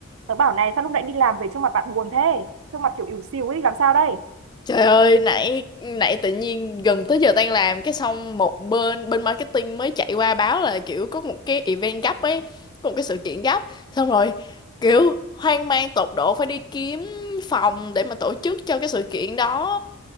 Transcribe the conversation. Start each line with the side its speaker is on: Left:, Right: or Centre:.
Right: Tớ bảo này sao lúc nãy đi làm về trông mặt bạn buồn thế? Trông mặt kiểu ỉu xìu ấy, làm sao đây?
Left: Trời ơi, nãy nãy tự nhiên gần tới giờ tan làm cái xong một bên bên marketing mới chạy qua báo là kiểu có một cái event gấp ấy, có một cái sự kiện gấp. Xong rồi kiểu hoang mang tột độ phải đi kiếm phòng để mà tổ chức cho cái sự kiện đó